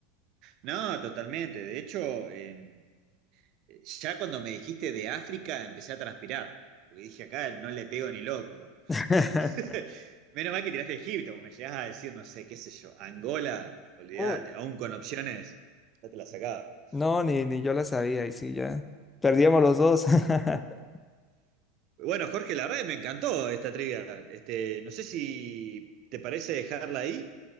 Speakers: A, on the right (about 50°); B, on the left (about 20°).
A: No, totalmente. De hecho, em, eh, ya cuando me dijiste de África, empecé a transpirar. Porque dije, acá no le pego ni loco.
B: <laughs>
A: <laughs> Menos mal que tiraste Egipto, porque me llegás a decir, no sé, qué sé yo, Angola, olvídate,
B: Uy,
A: aún con opciones, ya te la sacaba.
B: no, ni, ni yo la sabía, y sí, ya perdíamos los dos. <laughs>
A: Bueno, Jorge, la verdad que me encantó esta trivia. Este, no sé si te parece dejarla ahí.